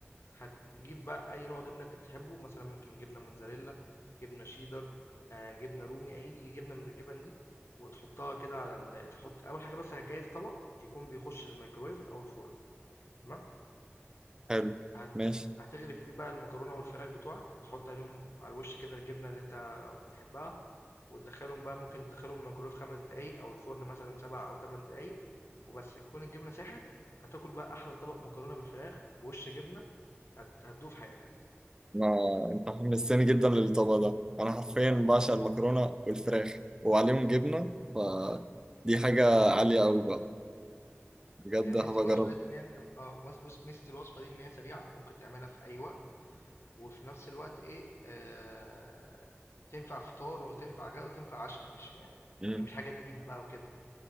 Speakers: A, on the left; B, on the right.
A: هتجيب بقى أي نوع جبنة أنت بتحبه، مثلًا ممكن جبنة موتزاريلا، جبنة شيدر، آآ، جبنة رومي، أي جبنة من الجبن دي، وتحطها كده على ال تحط أول حاجة بس هتجهّز طبق يكون بيخش الميكروويف أو الفرن، تمام،
B: حلو
A: هت
B: ماشي
A: هتغرف فيه بقى المكرونة والفراخ بتوعك، وتحط عليهم على الوش كده الجبنة اللي أنت بتحبها، وتدخّلهم بقى ممكن تدخّلهم الميكروويف 5 دقايق أو الفرن مثلًا 7 أو 8 دقايق، وبس تكون الجبنة ساحت، هتاكل بقى أحلى طبق مكرونة بالفراخ بوِش جبنة هت هتدوه في حياتك.
B: ما انت حمستني جدا للطبق ده انا حرفيا بعشق المكرونة والفراخ وعليهم جبنة فدي حاجة عالية قوي بقى بجد
A: هي
B: هبقى
A: ميزة الوصفة
B: اجرب
A: ديت إن هي أنت آه مز- بُص ميزة الوصفة دي إن هي سريعة، ممكن تعملها في أي وقت، وفي نفس الوقت إيه آآ تنفع فطار وتنفع غدا وتنفع عشا، مش يعني
B: امم
A: يعني مش حاجة تقيلة بقى وكده.